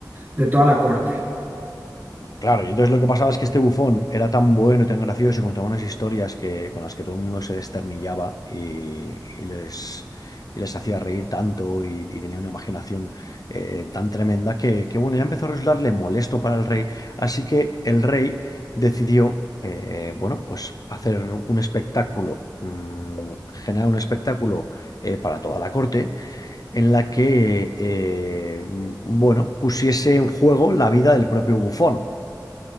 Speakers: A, on the right; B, on the left.
A: de toda la corte.
B: Claro, y entonces lo que pasaba es que este bufón era tan bueno y tan gracioso y contaba unas historias que, con las que todo el mundo se desternillaba y, y les, y les hacía reír tanto y, y tenía una imaginación eh, tan tremenda que, que, bueno, ya empezó a resultarle molesto para el rey. Así que el rey decidió, eh, bueno, pues hacer un espectáculo, mm, generar un espectáculo eh, para toda la corte en la que, eh, bueno, pusiese en juego la vida del propio bufón.